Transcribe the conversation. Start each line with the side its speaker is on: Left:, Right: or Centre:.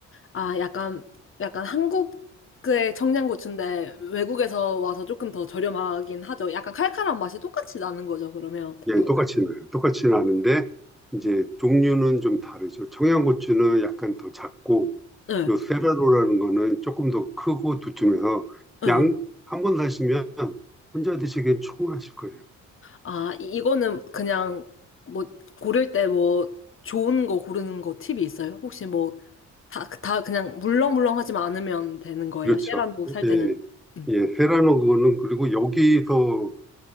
Left: 아, 약간, 약간 한국의 청양고추인데 외국에서 와서 조금 더 저렴하긴 하죠. 약간 칼칼한 맛이 똑같이 나는 거죠, 그러면.
Centre: 예,
Left: 이거,
Centre: 똑같이 나요. 똑같이 나는데 이제 종류는 좀 다르죠. 청양고추는 약간 더 작고
Left: 응,
Centre: 요 세라로라는 거는 조금 더 크고 두툼해서
Left: 응.
Centre: 양 한 번 사시면 혼자 드시기엔 충분하실 거예요.
Left: 아, 이- 이거는 그냥 뭐 고를 때 뭐 좋은 거 고르는 거 팁이 있어요? 혹시 뭐 다, 다 그냥 물렁물렁하지만 않으면 되는 거예요?
Centre: 그렇죠.
Left: 쉐란도 살
Centre: 예,
Left: 때는? 음.
Centre: 예, 세라노 그거는 그리고 여기서